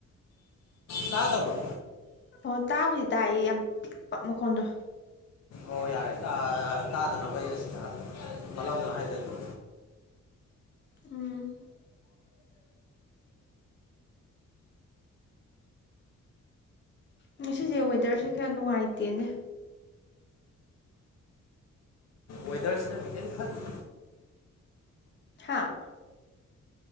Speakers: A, on the left; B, on the left.
A: ꯇ ꯇꯕ꯭ꯔꯣ
B: ꯑꯣ ꯇꯥꯕꯨꯗꯤ ꯇꯥꯏꯌꯦ ꯌꯥꯝ ꯃꯈꯣꯟꯗꯣ
A: ꯑꯣ ꯌꯥꯔꯦ ꯇꯥꯗꯅꯕꯅꯕꯩ ꯑꯁꯤꯅ ꯃꯂꯅ ꯍꯥꯏ ꯆ ꯕ
B: ꯎꯝ ꯉꯁꯦ ꯋꯦꯗꯔꯁꯦ ꯀꯌꯥ ꯅꯨꯡꯉꯥꯏꯇꯦꯅꯦ
A: ꯋꯦꯗꯔꯁꯤꯅꯗꯤ ꯀꯔꯤꯝ ꯈꯜꯂꯤ
B: ꯍꯥꯥ